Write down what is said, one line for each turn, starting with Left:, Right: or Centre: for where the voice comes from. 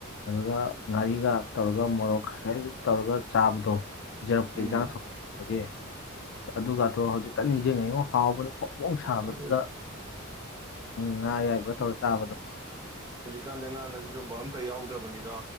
Left: ꯑꯗꯨꯒ ꯉꯥꯔꯤꯒ ꯇꯧꯔꯒ ꯃꯣꯔꯣꯛ ꯈ ꯇꯧꯔꯒ ꯆꯥꯕꯗꯣ ꯄꯤꯖꯔꯛꯄꯗꯣ
Right: ꯎꯝ
Left: ꯏꯟꯖꯥꯡ ꯊꯣꯛ꯫ ꯑꯣꯀꯦ ꯑꯗꯨꯒꯗꯣ ꯍꯧꯖꯤꯛꯇ ꯅꯤꯡꯁꯤꯡꯉꯥ ꯌꯦ ꯍꯥꯎꯕꯅꯤ꯫ ꯐꯣꯡ ꯐꯣꯡ ꯁꯥꯕꯗꯨꯗ
Right: ꯑꯗꯨꯅꯦ
Left: ꯉꯥ ꯑꯌꯥꯏꯕ ꯇꯧꯔꯒ ꯆꯥꯕꯗꯣ꯫
Right: ꯍꯧꯖꯤꯛꯀꯥꯟꯗꯤ ꯑꯉꯥꯡ ꯈ ꯥꯏꯁꯤ ꯑꯗꯨꯒꯨꯝꯕ ꯑꯝꯇ ꯌꯥꯎꯗ꯭ꯔꯕꯅꯤꯗꯣ꯫